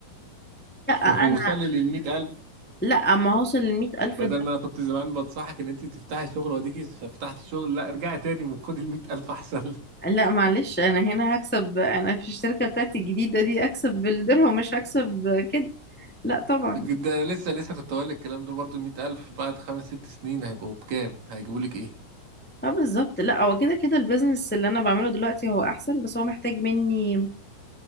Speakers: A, in the centre; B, on the right (about 55°).
A: لا انا
B: <laughs> ووصلي للمئة ألف
A: لا ما هوصل للمية ألف
B: بدل ما أنا كنت زمان بنصحك إن أنت تفتحي شغل وأديكي فتحتي شغل لا ارجعي تاني وخدي المئة ألف أحسن <laughs>
A: لا معلش انا هنا هكسب انا في الشركه بتاعتي الجديده دي اكسب بالدرهم مش هكسب كده لا طبعا
B: لك ده لسه لسه كنت أقول لك الكلام ده برضو المئة ألف بعد خمس ست سنين هيبقوا بكام؟ هيجيبوا لك إيه؟
A: اه بالظبط لا هو كده كده البيزنس اللي انا بعمله دلوقتي هو احسن بس هو محتاج مني